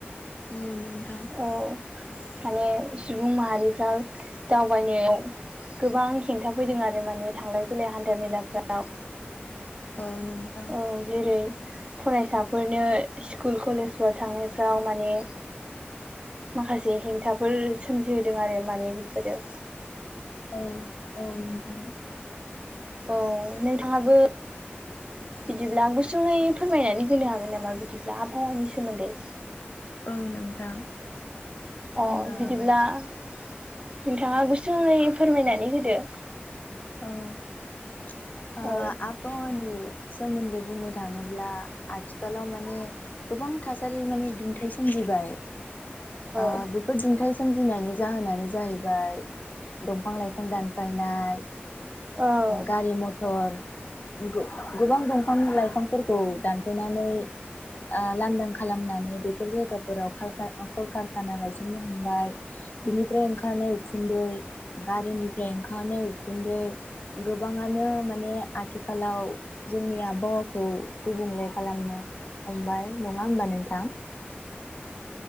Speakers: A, on the left; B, on the right.
A: औ नोंथां
B: औ माने सुबुं माहारिफ्रा दावबायनायाव गोबां हेंथा फैदों आरो माने थांलाय फैलाय हान्था मेलाफ्राव
A: औ नोंथां
B: औ जेरै फरायसाफोरनो स्कुल कलेजफोर थांनायफ्राव माने माखासे हेंथाफोर सोमजिहोदों आरो माने बेफोरो
A: औ औ नोंथां
B: औ नोंथाङाबो बिदिब्ला गुसुङै फोरमायनानै होनो हागोन नामा बिदिब्ला आबहावानि सोमोन्दै
A: औ नोंथां बुंनो
B: अ बिदिब्ला
A: हागोन
B: नोंथाङा गुसुङै फोरमायनानै होदो
A: औ ओ आ
B: औ
A: बावानि सोमोन्दै बुंनो थाङोब्ला आथिखालाव माने गोबां थासारि माने दुंथाय सोमजिबाय
B: औ
A: आ बेफोर दुंथाइ सोमजिनायनि जाहोनानो जाहैबाय दंफां लाइफां दानफायनाय
B: औ
A: गारि मथर औ आरो गो गोबां दंफां लाइफांफोरखौ दानफायनानै ओ लांदां खालामनानै बेफोर जायगाफोराव कलकारखाना गायसननो हमबाय बिनिफ्राय ओंखारनाय उखुन्दै गारिनिफ्राय ओंखारनाय उखुन्दै गोबाङानो माने आथिखालाव जोंनि आबहावाखौ गुबुंले खालामनो हमबाय नङा होमबा नोंथां